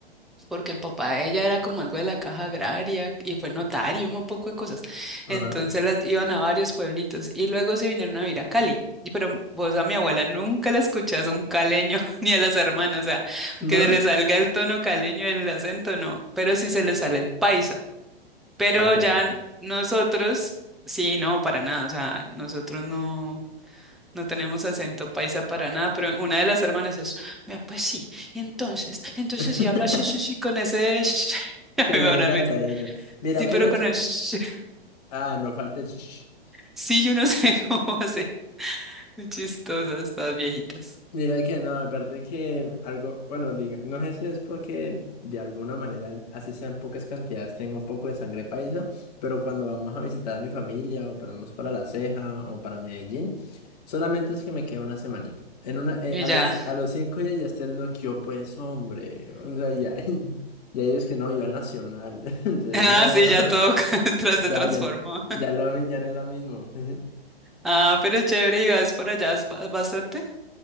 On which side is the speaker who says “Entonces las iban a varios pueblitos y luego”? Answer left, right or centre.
Centre